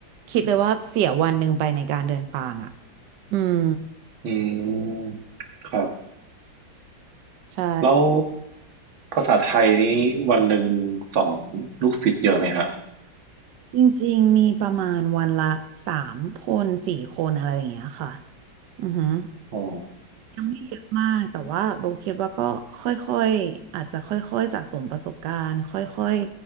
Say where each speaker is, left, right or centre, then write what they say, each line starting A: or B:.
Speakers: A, on the right; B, on the right.
A: คิดเลยว่าเสียวันหนึ่งไปในการเดินทางอ่ะอืม
B: อืมครับ
A: ใช่
B: แล้วภาษาไทยนี่วันหนึ่งสอนลูกศิษย์เยอะไหมฮะ
A: จริงๆมีประมาณวันละสามคนสี่คนอะไรอย่างเงี้ยค่ะอือหือ
B: อ๋อ
A: ยังไม่เยอะมากแต่ว่าโบคิดว่าก็ค่อยๆอาจจะค่อยๆสะสมประสบการณ์ค่อย